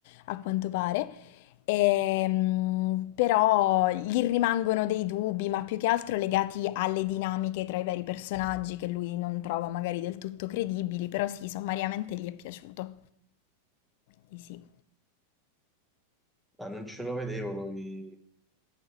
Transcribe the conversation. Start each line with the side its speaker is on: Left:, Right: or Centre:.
Left: a quanto pare. Ehm, però gli rimangono dei dubbi, ma più che altro legati alle dinamiche tra i vari personaggi che lui non trova magari del tutto credibili, però sì, sommariamente gli è piaciuto. Quindi Sì.
Centre: Ah, non ce lo vedevo lui.